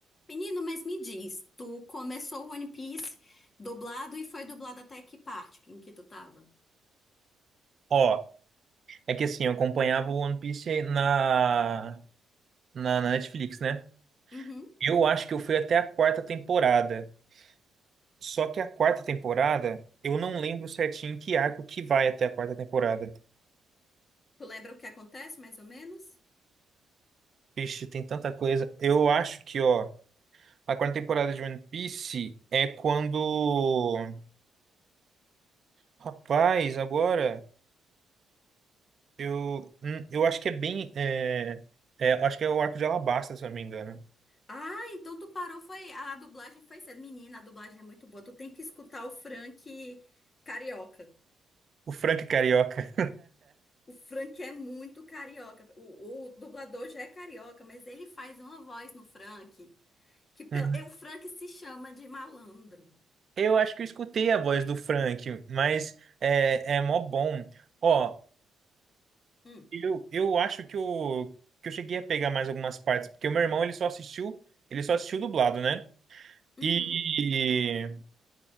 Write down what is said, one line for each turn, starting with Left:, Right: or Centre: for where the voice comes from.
Left: Menino, mas me diz, tu começou o One Piece dublado e foi dublado até que parte em que tu tava?
Right: Ó, é que assim, eu acompanhava o One Piece aí na, na, na Netflix, né?
Left: Uhum.
Right: Eu acho que eu fui até a quarta temporada. Só que a quarta temporada, eu não lembro certinho que arco que vai até a quarta temporada.
Left: Tu lembra o que acontece, mais ou menos?
Right: Vixe, tem tanta coisa. Eu acho que, ó, a quarta temporada de One Piece é quando. Rapaz, agora. Eu, hum, eu acho que é bem. É, é, acho que é o arco de Alabasta, se eu não me engano.
Left: Ah, então tu parou, foi, a dublagem foi cedo. Menina, a dublagem é muito boa. Tu tem que escutar o Frank carioca.
Right: O Frank Carioca.
Left: O Frank é muito carioca. O, o dublador já é carioca, mas ele faz uma voz no Frank que pela-
Right: <laughs>
Left: é, o Frank se chama de malandro.
Right: Eu acho que eu escutei a voz do Frank, mas é, é mó bom. Ó,
Left: Hum,
Right: eu, eu acho que eu, que eu cheguei a pegar mais algumas partes, porque o meu irmão ele só assistiu, ele só assistiu dublado, né?
Left: uhum,
Right: E,